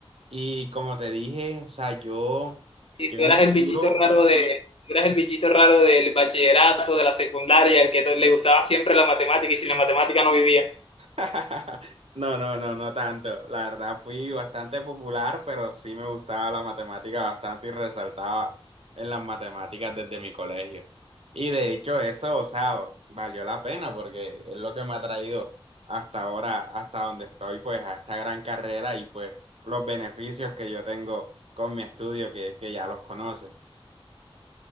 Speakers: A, on the right; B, on the left.
A: Y como te dije, o sea, yo,
B: Y
A: yo
B: tú
A: en
B: eras
A: un futuro...
B: el bichito raro de, tú eras el bichito raro del bachillerato, de la secundaria, el que to- le gustaba siempre la matemática y sin la matemática no vivía.
A: <laughs> No, no, no, no tanto. La verdad fui bastante popular, pero sí me gustaba la matemática bastante y resaltaba en las matemáticas desde mi colegio. Y de hecho eso, o sea, valió la pena porque es lo que me ha traído hasta ahora, hasta donde estoy, pues a esta gran carrera y pues los beneficios que yo tengo con mi estudio que, que ya los conoces.